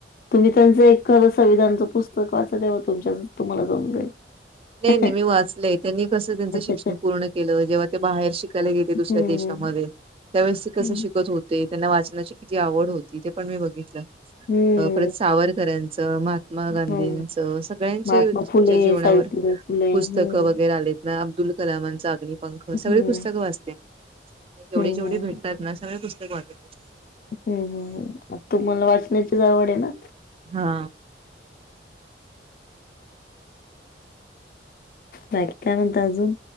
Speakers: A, on the left; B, on the right.
A: तुम्ही त्यांचं एक कल संंविधानचं पुस्तक वाचतव तुमच्या तुम्हाला समजेल
B: नाही
A: अच्छा
B: नाही मी वाचलंय त्यांनी कसं त्यांचं शिक्षण
A: अच्छा
B: पूर्ण केलं जेव्हा ते बाहेर शिकायला गेले दुसऱ्या
A: हम्म
B: देशामध्ये त्यावेळेस ते कसे
A: हम्म
B: शिकत होते त्यांना वाचनाची किती आवड होती ते पण मी बघितलं
A: हम्म
B: अ परत सावरकरांचं महात्मा गांधींचं
A: हो
B: सगळ्यांचेच्या
A: महात्मा फुले,
B: जीवनावर
A: सावित्रीबाई फुले हम्म
B: पुस्तकं वगैरे आलेत ना अब्दुल कलामांचा अग्निपंख सगळी
A: हम्म
B: पुस्तकं वाचते मला जेवढी
A: हम्म
B: जेवढे
A: हम्म
B: भेटतात ना सगळे पुस्तक वाटत
A: ह् आ तुम्हाला वाचण्याचीच आवड आहे ना
B: हा
A: बाकी काय म्हणत अजून